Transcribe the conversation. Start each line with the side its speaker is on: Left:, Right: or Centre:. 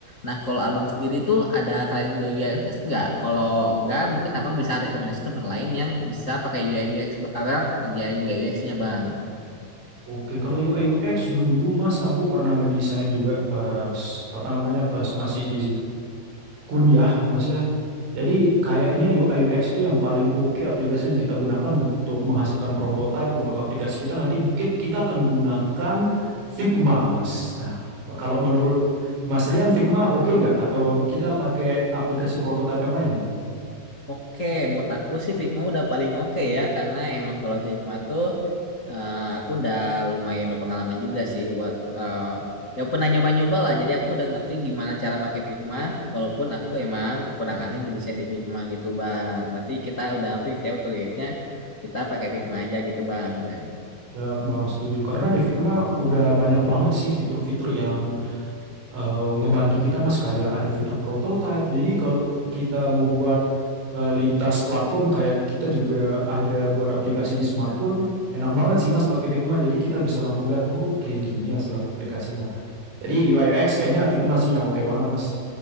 Left: Nah, kalau abang sendiri tuh ada kalian UI UX nggak? Kalau nggak, mungkin abang bisa rekomendasi teman lain yang bisa pakai UI UX, abang ngerjain UI UX-nya, bang.
Right: Oke kalau UI UX dulu Mas aku pernah ngedesain juga pas apa namanya pas masih di kuliah Mas ya Jadi kayaknya UI UX itu yang paling oke aplikasi yang kita gunakan untuk menghasilkan prototipe untuk aplikasi kita nanti mungkin kita akan gunakan Figma, Mas. Nah, kalau menurut Mas Rian Figma oke nggak? Atau kita pakai aplikasi prototipe yang lain nih?
Left: Oke, menurut aku sih Figma udah paling oke ya, karena emang kalau Figma tuh eh, aku udah lumayan berpengalaman juga sih buat eh, ya pernah nyoba-nyoba lah. Jadi aku udah ngerti gimana cara pakai Figma, walaupun aku emang kurang ahli ngedesain di Figma gitu, Bang. Berarti kita udah fix ya untuk rilisnya kita pakai Figma aja gitu, Bang. Kita.
Right: Ya, Bang, setuju. Karena di Figma udah banyak banget sih fitur-fitur yang eh, ngebantu kita Mas kayak ada fitur prototype. Jadi kalau kita mau buat eh, lintas platform kayak kita juga ada buat aplikasi di smartphone, enak banget sih Mas pakai Figma. Jadi kita bisa langsung lihat, oh kayak gini hasil aplikasinya. Nah, jadi UI UX kayaknya Figma sih yang oke banget Mas.